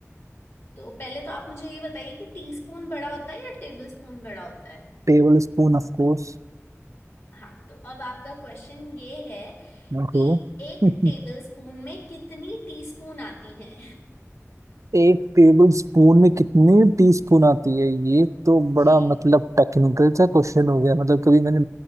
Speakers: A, on the left; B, on the right.
A: तो पहले तो आप मुझे ये बताइए कि टीस्पून बड़ा होता है या टेबल स्पून बड़ा होता है
B: Tablespoon of course
A: हाँ तो अब आपका क्वेश्चन ये है
B: ओहो।
A: कि एक
B: <laughs>
A: टेबलस्पून में कितनी टीस्पून आती हैं
B: एक टेबल स्पून में कितनी टीस्पून आती है ये तो बड़ा
A: जी
B: मतलब टेक्निकल सा क्वेश्चन हो गया मतलब कभी मैंने